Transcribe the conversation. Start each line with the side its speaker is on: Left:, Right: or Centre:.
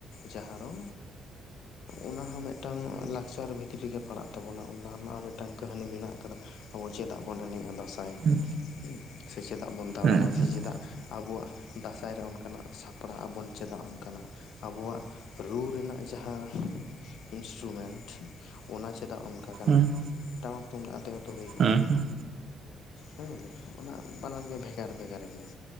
Left: ᱡᱟᱦᱟᱸ ᱫᱚ ᱚᱱᱟᱦᱚᱸ ᱢᱤᱫᱴᱟᱝ ᱞᱟᱠᱪᱟᱨ ᱵᱷᱤᱛᱨᱤᱜᱮ ᱯᱟᱲᱟᱜ ᱛᱟᱵᱚᱱᱟ, ᱚᱱᱟ ᱨᱮᱱᱟᱜ ᱦᱚᱸ ᱢᱤᱫᱴᱟᱝ ᱠᱟᱹᱦᱱᱤ ᱢᱮᱱᱟᱜ ᱟᱠᱟᱫᱟ᱾ ᱟᱵᱚ ᱪᱮᱫᱟᱜ ᱵᱚᱱ ᱮᱱᱮᱡᱼᱟ ᱫᱟᱸᱥᱟᱭ?
Right: ᱦᱩᱸ
Left: ᱦᱩᱸ ᱥᱮ ᱪᱮᱫᱟᱜ ᱵᱚᱱ ᱫᱟᱬᱟᱱᱟ
Right: ᱦᱮᱸ ᱦᱮᱸ ᱦᱮᱸ ᱦᱮᱸ ᱦᱮᱸ ᱦᱮᱸ ᱦᱮᱸ
Left: ᱥᱮ
Right: ᱦᱮᱸ
Left: ᱪᱮᱫᱟᱜ?
Right: ᱦᱮᱸ ᱦᱮᱸ ᱦᱮᱸ
Left: ᱟᱵᱚᱣᱟᱜ ᱫᱟᱸᱥᱟᱭ ᱨᱮ ᱚᱱᱠᱟᱱᱟᱜ ᱥᱟᱯᱲᱟᱜ ᱟᱵᱚᱱ ᱪᱮᱫᱟᱜ? ᱚᱱᱠᱟᱱᱟᱜ ᱟᱵᱚᱣᱟᱜ ᱨᱩ ᱨᱮᱱᱟᱜ ᱡᱟᱦᱟᱸ ᱤᱱᱥᱴᱨᱩᱢᱮᱱᱴ ᱚᱱᱟ ᱪᱮᱫᱟᱜ ᱚᱱᱠᱟ
Right: ᱦᱮᱸ ᱦᱮᱸ
Left: ᱠᱟᱱᱟ? ᱴᱟᱢᱟᱠ ᱛᱩᱢᱫᱟᱜ ᱟᱛᱮ ᱜᱮ ᱩᱛᱩ ᱦᱩᱭ
Right: ᱦᱮᱸ
Left: ᱠᱚᱜᱼᱟ ᱦᱮᱸ ᱚᱱᱟ ᱵᱟᱱᱟᱨ ᱜᱮ ᱵᱷᱮᱜᱟᱨ ᱵᱷᱮᱜᱟᱨ ᱜᱮᱭᱟ᱾